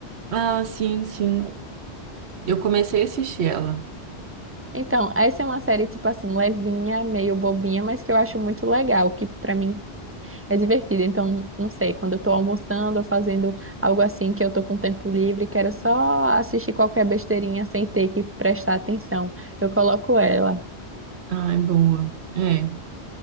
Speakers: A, on the right (about 75°); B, on the right (about 15°).
A: Ah, sim, sim. Eu comecei a assistir ela.
B: Então, essa é uma série tipo assim levinha, meio bobinha, mas que eu acho muito legal, que para mim É divertido, então, não sei, quando eu tô almoçando ou fazendo algo assim que eu tô com tempo livre, quero só assistir qualquer besteirinha sem ter que prestar atenção. Eu coloco ela.
A: Ai, boa. É.